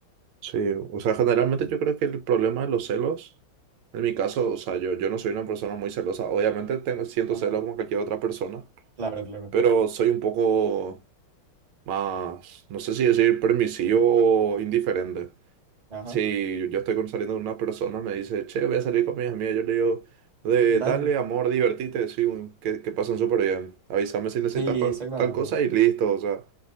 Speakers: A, on the right; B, on the right.
A: Sí, o sea, generalmente yo creo que el problema de los celos, en mi caso, o sea, yo, yo no soy una persona muy celosa. Obviamente tengo, siento
B: Ajá.
A: celos como cualquier otra persona,
B: Claro, claro.
A: pero soy un poco más, no sé si decir permisivo o indiferente.
B: Ajá.
A: Si yo estoy con- saliendo con una persona, me dice, che, voy a salir con mis amigas. Yo le digo, de,
B: Dale.
A: dale amor, divertite, sí, un- que, que pasen súper bien. Avísame si necesitas
B: Sí,
A: cual-
B: exactamente.
A: tal cosa y listo, o sea.